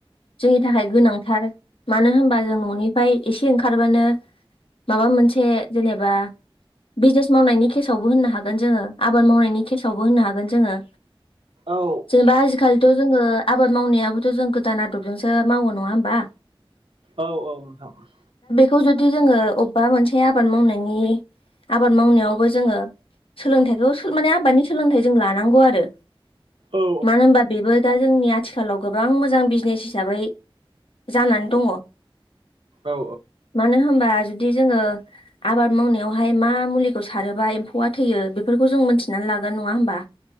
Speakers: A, on the left (about 70°); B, on the right (about 65°).
A: जोंनि थाखाय गोनांथार मानो होनबा जों न'निफ्राय एसे ओंखारबानो माबा मोनसे जेनेबा बिजनेस मावनायनि केसावबो होननो हागोन जोङो आबाद मावनायनि केसावबो होननो हागोन जोङो।
B: ओ औ
A: जेनेबा आजिखालिथ' जोङो आबाद मावनायाबोथ' जों गोदान आदबजोंसो मावो नङा होमबा?
B: औ औ नोंथां।
A: थ' जुदि जोङो अबेबा मोनसे आबाद मावनायनि आबाद मावनायावबो जोङो सोलोंथाइखौ सो माने आबादनि सोलोंथाइ जों लानांगौ आरो।
B: औ
A: मानो होनबा बेबो दा जोंनि आथिखालाव गोबां मोजां बिजनेस हिसाबै जानानै दङ।
B: औ
A: मानो होमबा जुदि जोङो आबाद मावनायावहाय मा मुलिखौ सारोबा एम्फौआ थैयो बेफोरखौ जों मिथिना लागोन नङा होमबा?